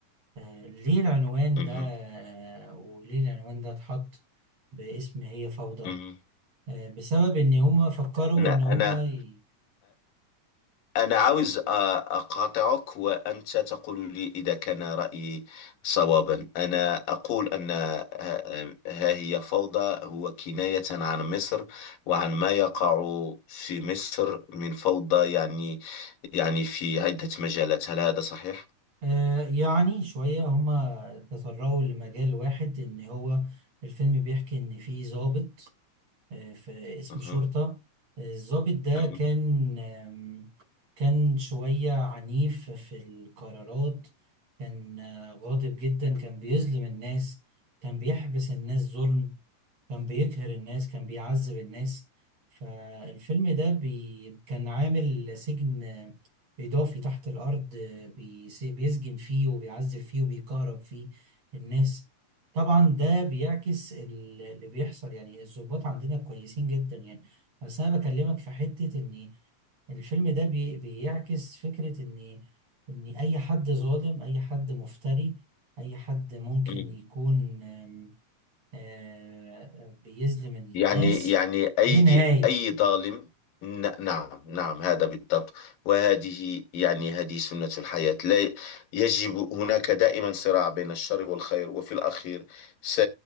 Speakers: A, on the right; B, on the left.
A: آه، ليه العنوان
B: مهم.
A: ده آه، وليه العنوان ده اتحط باسم هي فوضى
B: مهم.
A: آه، بسبب ان هما فكروا
B: أنا
A: ان هما
B: أنا
A: ي-
B: أنا عاوز أ- أقاطعك وأنت تقول لي إذا كان رأيي صوابا أنا أقول أن ها ها هي فوضى هو كناية عن مصر وعن ما يقع في مصر من فوضى يعني يعني في عدة مجالات هل هذا صحيح؟
A: آه، يعني شوية هما تطرقوا لمجال واحد ان هو الفيلم بيحكي ان في ضابط آه، في اسم
B: مهم.
A: شرطة آه، الضابط ده
B: مهم.
A: كان آم، كان شوية عنيف في القرارات كان آه، غاضب جدا كان بيظلم الناس كان بيحبس الناس ظلم كان بيقهر الناس كان بيعذب الناس فالفيلم ده بي... كان عامل سجن إضافي تحت الأرض بيس... بيسجن فيه وبيعذب فيه وبيكهرب فيه الناس طبعا ده بيعكس ال- اللي بيحصل يعني الضباط عندنا كويسين جدا يعني بس أنا بكلمك في حتة إن الفيلم ده بي... بيعكس فكرة إن إن أي حد ظالم أي حد مفتري أي حد ممكن
B: مهم.
A: يكون آه، آه، بيظلم الناس
B: يعني يعني أي
A: ليه نهاية
B: أي ظالم ن- نعم نعم هذا بالضبط وهذه يعني هذه سنة الحياة لا يجب هناك دائما صراع بين الشر والخير وفي الأخير س